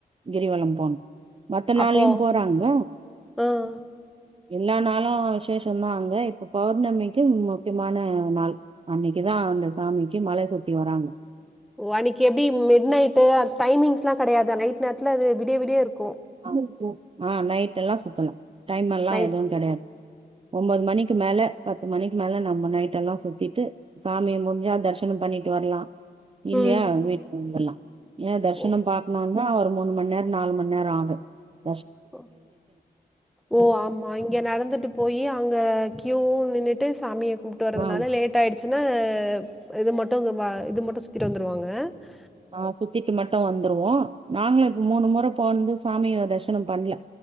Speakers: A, on the right (about 30°); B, in the centre.
A: கிரிவலம் போனும் மத்த நாளையும்
B: அப்போ
A: போறாங்க
B: ஆ.
A: எல்லா நாளும் விசேஷம்தான் அங்க இப்ப பௌர்ணமி உம் முக்கியமான நாள் அன்னைக்குதான் அந்த சாமிக்கு மலை சுத்தி வராங்க
B: ஓ அன்னைக்கு எப்படி மிட் நைட்டு டைமிங்ஸ் எல்லாம் கிடையாது நைட் நேரத்துல அது விடிய விடிய இருக்கும்
A: ஆருத்ரா ஆஹ் நைட் எல்லாம் சுத்தலாம் டைம் எல்லாம்
B: நைட்
A: எதுவும் கிடையாது ஒன்பது மணிக்கு அதுக்கு மேல பத்து மணிக்கு மேல நம்ம நைட் எல்லாம் சுத்திட்டு சாமி முடிஞ்சா தரிசனம் பண்ணிட்டு வரலாம் இல்லையா
B: ம்.
A: வீட்டுக்கு வந்துலாம் இல்லா தர்சனம்
B: ஓ!
A: பாக்கணும் என்னஒரு மூணு மணி நேரம் நாலு மணிநேரம் ஆகும் ஆஹ
B: ஓ ஓ ஆமா இங்க நடந்துட்டு போயி அங்க கீழே நின்னுட்டு சாமிய நீ போறதுனால
A: ஆ
B: லேட் ஆயிடும் திலக இது மட்டு இல்ல இல்லஇது மட்டும் சுத்திட்டு வந்துடுவாங்க உஹ <inaudible>
A: ஆஹ் சுத்திட்டு மட்டும் வந்துருவோம் நாங்களுக்கு மூணு முறை போநோம் சாமிய தரிசனம் பண்ணல